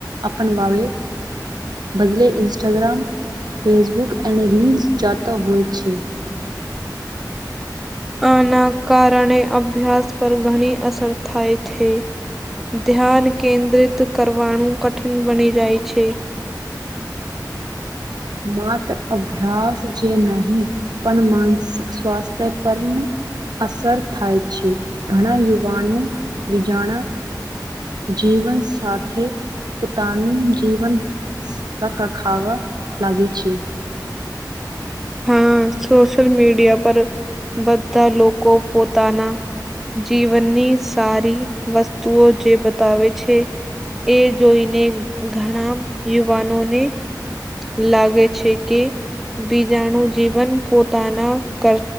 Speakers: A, on the right (about 65°); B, in the centre.
A: અપનવાવે બદલે ઇન્સ્ટાગ્રામ ફેસબુક એને રલસ જાતા હોય છે.
B: આના કારણે અભ્યાસ પર ઘણી અસર થાય થે. ધ્યાન કેન્દ્રિત કરવાનું કઠિન બની જાય છે.
A: માત્ર અભ્યાસ જે નહી પણ માનસિક સ્વાસ્થ્ય પર અસર થાય છે. ઘણા યુવાનું બીજાણા જીવન સાથે પોતાનું જીવન રખરખાવા લાગી છે.
B: હા સોશિયલ મીડિયા પર બધા લોકો પોતાના જીવનની સારી વસ્તુઓ જે બતાવે છે. એ જોઈને ઘણા યુવાનોને લાગે છે કે બીજ જાણું જીવન પોતાના કર